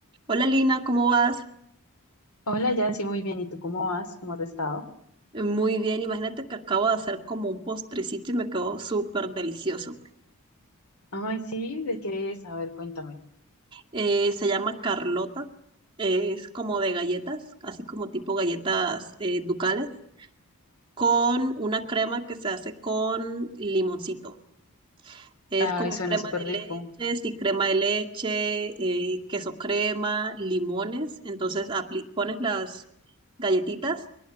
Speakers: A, on the right (about 25°); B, on the left (about 85°).
A: Hola Lina, ¿cómo vas?
B: Hola, Yancy, muy bien. ¿Y tú cómo vas? ¿Cómo has estado?
A: Eh, Muy bien, imagínate que acabo de hacer como un postrecito y me quedó súper delicioso.
B: Ay, sí, ¿de qué es? A ver, cuéntame.
A: Eh, se llama Carlota, eh, es como de galletas, así como tipo galletas eh, ducales, con una crema que se hace con limoncito. Es
B: Ay,
A: como
B: suena
A: crema
B: súper
A: de
B: rico.
A: leche, sí, crema de leche, eh, queso crema, limones. Entonces apli- pones las galletitas,